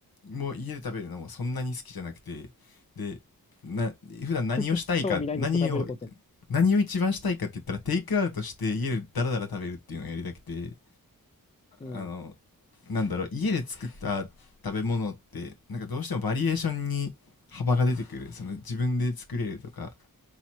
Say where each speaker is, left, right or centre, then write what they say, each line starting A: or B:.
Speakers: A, on the left; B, on the left.
A: も家で食べるのもそんなに好きじゃなくてでな普段何をしたいか何を
B: か興味ないんですか食べることに。
A: 何を一番したいかって言ったらテイクアウトして家でダラダラ食べるっていうのをやりたくて
B: うん。
A: あのなんだろう家で作った食べ物ってなんかどうしてもバリエーションに幅が出てくるその自分で作れるとか